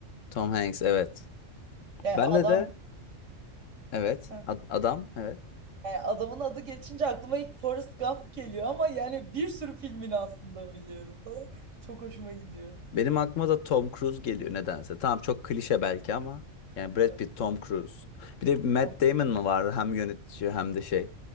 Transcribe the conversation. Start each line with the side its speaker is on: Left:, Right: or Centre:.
Left: Tom Hanks evet.
Right: Yani
Left: Bende
Right: adam
Left: de evet
Right: Heh.
Left: ad- adam evet.
Right: yani adamın adı geçince aklıma ilk Forrest Gump geliyor ama yani bir sürü filmini aslında biliyorum falan. Çok hoşuma gidiyor.
Left: Benim aklıma da Tom Cruise geliyor nedense. Tamam çok klişe belki ama yani Brad
Right: Yok.
Left: Pitt, Tom Cruise. Bir de Matt
Right: Tom-
Left: Damon mı vardı hem yönetici hem de şey.